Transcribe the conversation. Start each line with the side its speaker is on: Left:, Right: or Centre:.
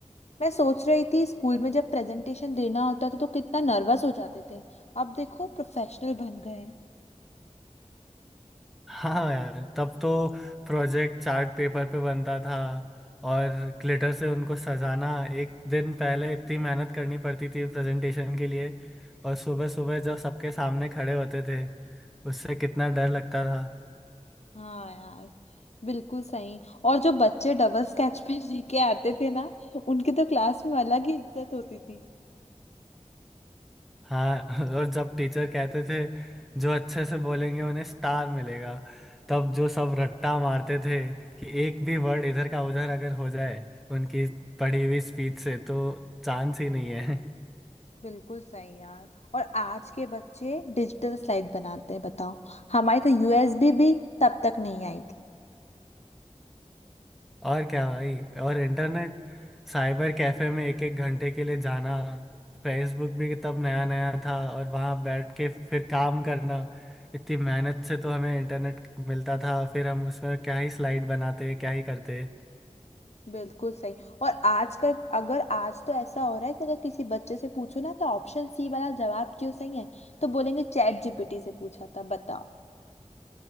Left: मैं सोच रही थी स्कूल में जब प्रेजेंटेशन देना होता था तो कितना नर्वस हो जाते थे अब देखो प्रोफेशनल बन गए हैं।
Centre: हाँ यार तब तो प्रोजेक्ट चार्ट पेपर पे बनता था और ग्लिटर से उनको सजाना एक दिन पहले इतनी मेहनत करनी पड़ती थी प्रेजेंटेशन के लिए और सुबह सुबह जब सबके सामने खड़े होते थे उससे कितना डर लगता था
Left: हाँ यार बिल्कुल सही और जो बच्चे डबल स्केच पेन <laughs> लेके आते थे ना उनकी तो क्लास में अलग ही इज्जत होती थी
Centre: हाँ <laughs> और जब टीचर कहते थे जो अच्छे से बोलेंगे उन्हें स्टार मिलेगा तब जो सब रट्टा मारते थे कि एक भी वर्ड इधर का उधर अगर हो जाए उनकी पढ़ी हुई स्पीच से तो चांस ही नहीं है
Left: बिल्कुल सही यार और आज के बच्चे डिजिटल स्लाइड बनाते हैं बताओ हमारी तो यूएसबी भी तब तक नहीं आई थी
Centre: और क्या भाई और इंटरनेट साइबर कैफे में एक एक घंटे के लिए जाना फेसबुक भी तब नया नया था और वहाँ बैठ के फिर काम करना इतनी मेहनत से तो हमें इंटरनेट मिलता था फिर हम उसमें क्या ही स्लाइड बनाते क्या ही करते
Left: बिल्कुल सही और आज का अगर आज तो ऐसा हो रहा है कि अगर किसी बच्चे से पूछो ना कि ऑप्शन सी वाला जवाब क्यों सही है तो बोलेंगे चैट जीपीटी से पूछा था बताओ